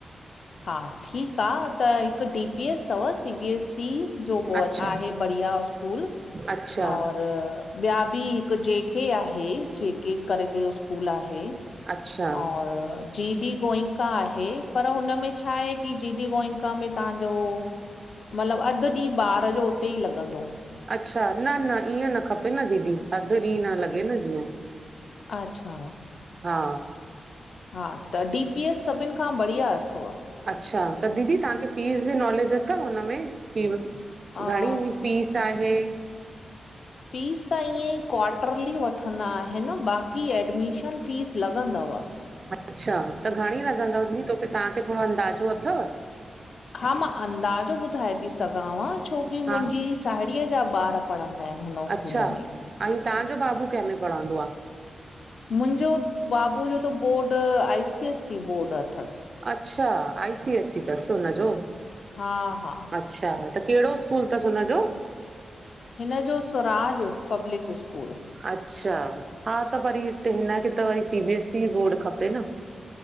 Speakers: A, on the left; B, on the right.
A: हा ठीक आ त हिक डी पी एस तव सी बी एस ई जो बोद
B: अच्छा
A: आहे बढ़िया स्कूल
B: अच्छा
A: और ॿया बि हिक जे के आहे जे के करके स्कूल आहे।
B: अच्छा
A: और जी डी गोइंका आहे पर हुनमें छा आहे की जी डी गोइंका में ताहांजो मतलब अध ॾींह ॿार जो उते ई लॻंदो।
B: अच्छा न न ईअं न खपे न दीदी अध ॾींह न लॻे न जीअं।
A: अच्छा,
B: हा
A: हा त डी पी एस सभिन खां बढ़िया अथव।
B: अच्छा, त दीदी ताहांखे फीस जे नॉलेज अथव हुन में? की
A: अ
B: घणी फीस आहे?
A: फ़ीस त ईअं ई क्वाटरली वठंदा आहिन बाक़ी एडमिशन फ़ीस लॻंदव।
B: अच्छा, त घणी लॻंदव दीदी तोखे तव्हांखे थोरो अंदाज़ो अथव।
A: हा मां अंदाजो ॿुधाए ती सघांव छोकी
B: हा
A: मुंजी साहेड़ीअ जा ॿार पढ़ंदा आहिन हुन
B: अच्छा
A: स्कूल में।
B: ऐं ताहांजो बाबू केमें पढ़ंदो आ?
A: मुंजो बाबू जो त board I C S C board अथसि
B: अच्छा, आई सी एस सी तस हुन जों।
A: हा-हा!
B: अच्छा, त केड़ो स्कूल तस हुन जो।
A: हिऩ जो स्वराज़ पब्लिक स्कूल।
B: अच्छा! हा त वरी हिते हिंन खे त वरी C B S C board खपे न।